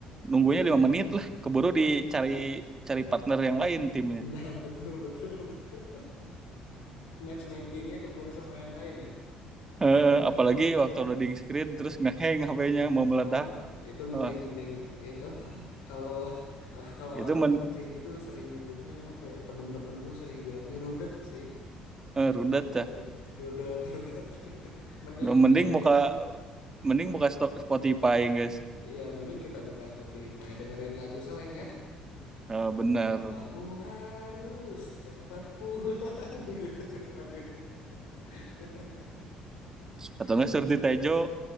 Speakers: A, on the right; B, on the left.
A: nunggunya lima menit lah keburu dicari cari partner yang lain timnya
B: <laughs> Nah betul betul betul. Matchmakingnya keburu sama yang lain ya.
A: eh apalagi waktu loading screen terus ngeheng HP-nya mau meledak
B: Wah, itu mending
A: wah
B: mending itu apa? <laughs> Kalau aku kalau
A: itu
B: orang-orang
A: men
B: sini tuh sering nyebutnya apa ya? Temen-temenku sering bilangnya rudet sih.
A: eh, rudet dah
B: Ru- Rudet, <laughs> rudet, rudet. Mending
A: mending
B: di ini
A: muka
B: aja.
A: mending muka stop Spotify guys
B: Iya, mending kita buka Spotify, dengerin lagu Slank ya.
A: Eh, bener
B: Kamu harus cepat pulang <laughs> gitu kan lagunya. <laughs>
A: atau enggak
B: Aduh.
A: Surti Tejo